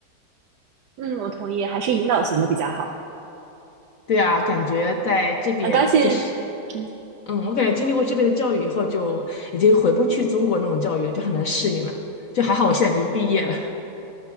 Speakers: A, on the right (about 70°); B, on the left (about 65°).
A: “嗯，我同意，还是引导型的比较好。”
B: 对啊，感觉在这边就是，
A: 很高兴。嗯。
B: 嗯，我感觉经历过这边的教育以后，就已经回不去中国那种教育了就很难适应了。就还好我现在已经毕业了。